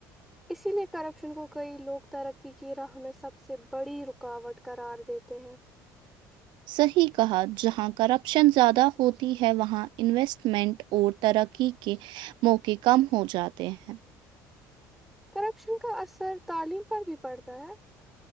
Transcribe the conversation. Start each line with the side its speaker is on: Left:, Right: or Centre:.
Centre: اسی لیے کرپشن کو کئی لوگ ترقی کی راہ میں سب سے بڑی رکاوٹ قرار دیتے ہیں
Right: صحیح کہا جہاں کرپشن زیادہ ہوتی ہے وہاں انویسٹمنٹ اور ترقی کے موقعے کم ہو جاتے ہیں
Centre: کرپشن کا اثر تعلیم پر بھی پڑتا ہے